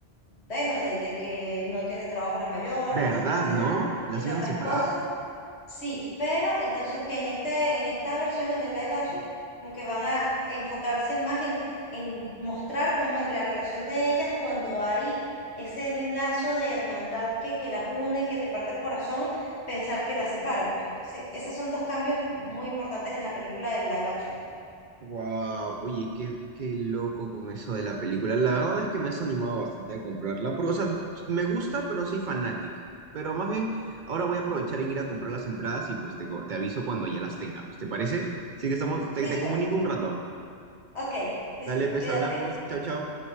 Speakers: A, on the left; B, on the right.
A: bueno, de, de que no tiene trabajo la mayor,
B: ¿Verdad,
A: etcétera, etcétera,
B: no? Las
A: y tantas
B: iban a separar.
A: cosas Sí, pero entonces que en este, en esta versión, en el live action, como que van a enfocarse más en, en mostrar cómo es la relación de ellas cuando hay ese lazo de hermandad que, que las une, que te parte el corazón, pensar que las separen. Pues entonces, esos son dos cambios muy importantes en la película del live action.
B: Wow, oye, qué, qué loco con eso de la película. La verdad es que me has animado bastante a comprarla, porque, o sea, me gusta, pero soy fanático. Pero más bien, ahora voy a aprovechar en ir a comprar las entradas y pues te, co- te aviso cuando ya las tenga, pues, ¿te parece? Así que estamos, te,
A: Listo,
B: te comunico un rato.
A: ok, listo,
B: Dale, pues,
A: cuídate.
B: hablamos. Chao, chao.